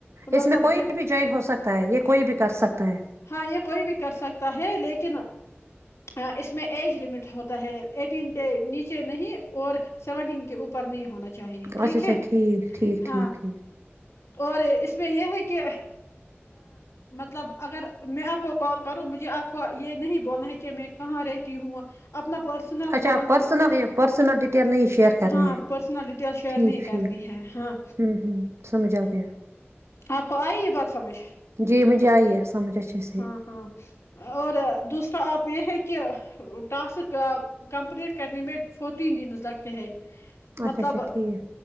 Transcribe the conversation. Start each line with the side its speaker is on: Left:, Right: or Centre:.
Right: اس
Left: مطلب
Right: میں کوئی
Left: ک
Right: بھی جوائن ہو سکتا ہے یہ کوئی بھی کر سکتا ہے
Left: ہاں یہ کوئی بھی کر سکتا ہے لیکن اس میں ایج لمٹ ہوتا ہے ایٹین کے نیچے نہیں اور سیونٹین کے اوپر نہیں ہونا چاہیے ٹھیک
Right: اچھا اچھا
Left: ہے
Right: ٹھیک ٹھیک
Left: ہاں
Right: ٹھیک ٹھیک
Left: اور اس میں یہ ہے کہ مطلب اگر میں آپ کو کال کروں مجھے آپ کو یہ نہیں بولنا ہے کہ میں کہاں رہتی ہوں اپنا پرسنل
Right: اچھا
Left: مان
Right: پرسنل پرسن ڈیٹیل نہیں شیئر کرنی
Left: ہاں
Right: ہے
Left: پرسنل ڈیٹیل شیئر
Right: ٹھیک
Left: نہیں
Right: ٹھیک
Left: کرنی ہے ہاں
Right: ہ ہ سمجھ آ گیا
Left: آپ کو آئی یہ بات سمجھ
Right: جی مجھے آئی ہے سمجھ اچھے سے
Left: ہاں ہاں اور دوسرا آپ پ ہے کہہ ٹاسک کمپلیٹ کرنے میں فورٹین دنز لگتے ہیں
Right: اچھا
Left: مطلب
Right: اچھا ٹھیک